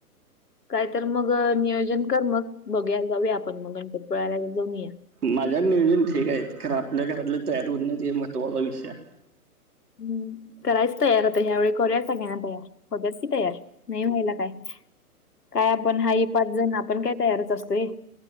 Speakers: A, on the left; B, on the right.
A: काय तर म नियोजन कर मग. बघायला जाऊया आपण मग गणपतीपुळाल्या जाऊन या.
B: माझ्या नियोजन ठीक आहेत. कारण आपल्या घरातले तयार होत नाहीत. हे महत्त्वाचा विषय या.
A: हम्म. करायच तयार आता ह्या वेळी करूया सगळ्यांना तयार. होत्यात की तयार. नाही व्हायला काय? काय आपण हाई पाच जण. आपण काय तयारच असतोय.